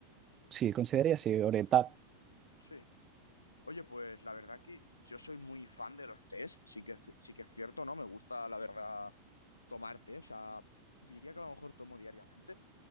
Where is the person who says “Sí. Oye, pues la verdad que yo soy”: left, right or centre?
Left